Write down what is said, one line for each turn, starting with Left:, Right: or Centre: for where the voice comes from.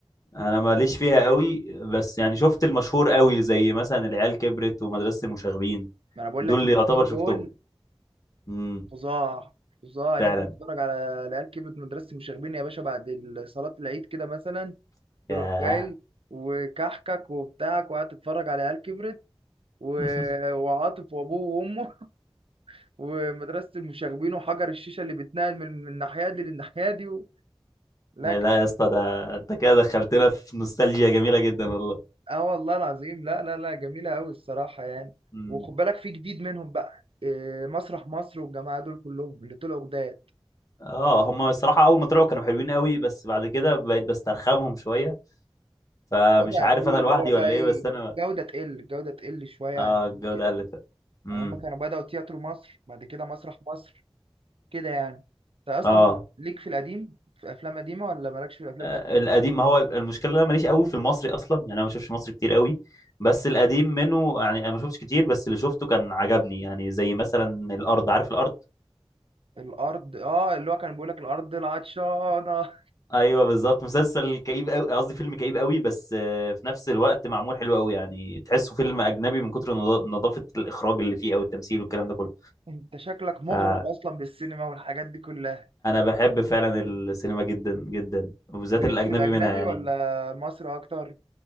Left: انا ماليش فيها قوي بس يعني شفت المشهور قوي زي مثلا العيال كبرت ومدرسة المشاغبين
Right: ما انا بقول
Left: دول
Right: لك
Left: اللي
Right: الاتنين
Left: يعتبر شفتهم
Right: دول
Left: امم
Right: فظاع فظاع
Left: فعلا
Right: ان انت تتفرج على العيال كبرت مدرسة المشاغبين يا باشا بعد ال- صلاة العيد كده مثلا تروح
Left: ياه
Right: جاي وكحكك وبتاعك وقاعد تتفرج على عيال كبرت و-
Left: <laughs>
Right: وعاطف وابوه وامه <laughs> ومدرسة المشاغبين وحجر الشيشة اللي بتنقل من من الناحية دي للناحية دي و... لا
Left: إيه، لا يا اسطى ده انت كده دخلتنا في نوستالجيا جميله جدا والله
Right: اه والله العظيم لا لا لا جميلة قوي الصراحة يعني
Left: مم.
Right: وخد بالك في جديد منهم بقى إيه، مسرح مصر والجماعة دول كلهم اللي طلعوا جداد
Left: اه هم الصراحه اول ما طلعوا كانوا حلوين قوي بس بعد كده بقيت بسترخمهم شويه فمش
Right: بدأ
Left: عارف
Right: فيه
Left: انا لوحدي
Right: اللي هو بقى
Left: ولا
Right: ايه
Left: ايه بس انا
Right: جودة تقل الجودة تقل شوية
Left: اه
Right: عن قبل
Left: الجوده
Right: كده
Left: قلت امم
Right: يعني هما كانوا بدأوا تياترو مصر بعد كده مسرح مصر كده يعني انت اصلا
Left: اه
Right: ليك في القديم في افلام قديمة ولا مالكش في الافلام
Left: آه،
Right: القديمة
Left: القديم ما هو المشكله إن انا ماليش قوي في المصري اصلا يعني انا ما بشوفش مصري كتير قوي بس القديم منه يعني انا ما شفتش كتير بس اللي شفته كان عجبني يعني زي مثلا الارض عارف الارض
Right: الارض اه اللي هو كان بيقول لك الارض العطشانة
Left: ايوه بالظبط مسلسل كئيب قوي قصدي فيلم كئيب قوي بس آه، في نفس الوقت معمول حلو قوي يعني تحسه فيلم اجنبي من كتر نضا- نظافه الاخراج اللي فيه او التمثيل والكلام ده كله
Right: <laughs> انت شكلك مغرم
Left: فانا
Right: اصلا بالسينما والحاجات دي كلها
Left: بحب فعلا السينما جدا جدا وبالذات
Right: وليك
Left: الاجنبي
Right: في الاجنبي
Left: منها يعني
Right: ولا مصر اكتر